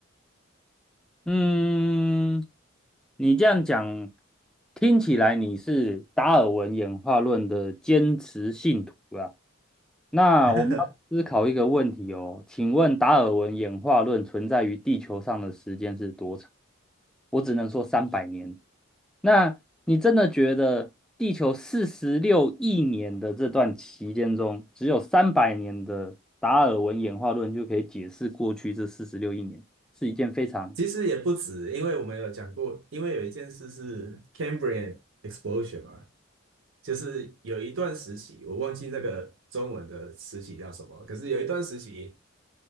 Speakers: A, in the centre; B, on the right (about 65°).
A: 嗯，你这样讲听起来你是达尔文演化论的坚持信徒啦。那我们要思考一个问题哦，
B: <laughs>
A: 请问达尔文演化论存在于地球上的时间是多长？我只能说三百年。那你真的觉得地球四十六亿年的这段期间中，只有三百年的达尔文演化论就可以解释过去这四十六亿年，是一件非常
B: 其实也不止，因为我们有讲过，因为有一件事是 Cambrian explosion 嘛。就是有一段时期，我忘记那个中文的时期叫什么，可是有一段时期，